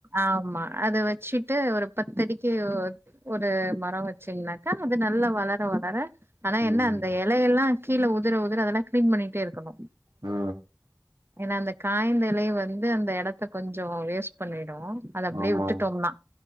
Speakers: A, on the right; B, on the right.
A: ஆமா அத வச்சுட்டு ஒரு பத்தடிக்கு ஒரு மரோ வச்சிங்னாக்கா அது நல்லா வளர வளர ஆனா
B: ம்
A: என்ன அந்த இலையெல்லா கீழ உதிர உதிர அதெல்லா கிளீன் பண்ணிட்டே இருக்கணு
B: ஆ
A: ஏனா அந்த காய்ந்த இலை வந்து அந்த எடத்த கொஞ்சோ வேஸ்ட் பண்ணிடு அது அப்டியே
B: ஆமா
A: விட்டுட்டோம்னா